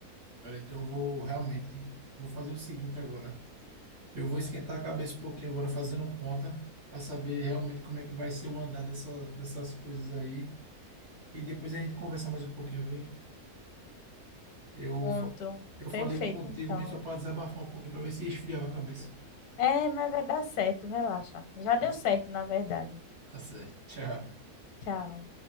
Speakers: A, on the right; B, on the left.
A: Olha, então eu vou realmente, vou fazer o seguinte agora. Eu vou esquentar a cabeça um pouquinho agora fazendo conta para saber realmente como é que vai ser o andar dessa, dessas coisas aí. E depois a gente conversa mais um pouquinho, viu? Eu,
B: Pronto,
A: fa- eu
B: perfeito,
A: falei contigo
B: então.
A: mesmo só para desabafar um pouquinho para ver se esfriava a cabeça.
B: É, mas vai dar certo, relaxa. Já
A: Tá,
B: deu certo, na verdade.
A: tá certo. Tchau.
B: Tchau.